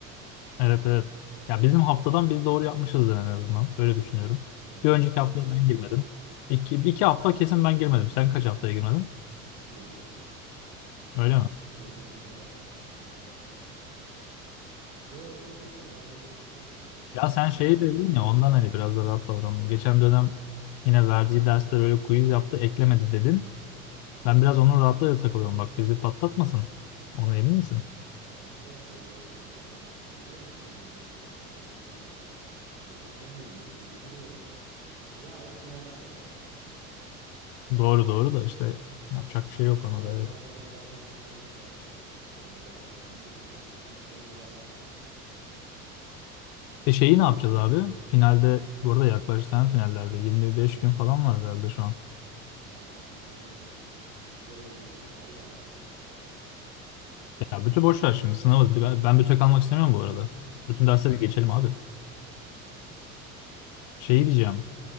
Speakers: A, on the left; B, on the right.
A: Evet evet. Ya bizim haftadan biz doğru yapmışızdır en azından. Öyle düşünüyorum.
B: Ya
A: Bir
B: ben
A: önceki
B: de.
A: haftaya ben girmedim. İki, iki hafta kesin ben girmedim. Sen kaç haftaya girmedin?
B: <laughs> iki benim de.
A: Öyle mi?
B: Bir geçen hafta var. Bir de bakayım. Yo tek benim. Sadece geçen haftaya girmedim. Bu hafta
A: Ya sen
B: doğru
A: şeyi
B: olduk.
A: dedin ya ondan hani biraz da rahat davranalım. Geçen dönem yine verdiği dersler böyle quiz yaptı eklemedi dedin. Ben biraz onun rahatlığıyla takılıyorum. Bak bizi patlatmasın. Ona emin misin?
B: Ya ben de öyle düşünüyorum ama giriyorum quizlere mecburen. Ne olur ne olmazı var çünkü. Hani eklemeyecek diye düşünüyorum ama ya eklerse
A: Doğru doğru da işte yapacak bir şey yok
B: hani
A: ona
B: öğleden
A: da evet.
B: sonraki derse gitmeyle aynı sebepten e, devamsızı girmiyor ama ya girerse
A: E şeyi ne yapacağız abi? Finalde bu arada yaklaşık tane finallerde 25 gün falan var herhalde şu an.
B: ya hangi 25 gün bütlere iki buçuk ay var daha ya.
A: Ya bütün boş ver şimdi sınavı. Ben, ben bütün kalmak istemiyorum bu arada. Bütün dersleri geçelim abi.
B: Tamam.
A: Şeyi diyeceğim.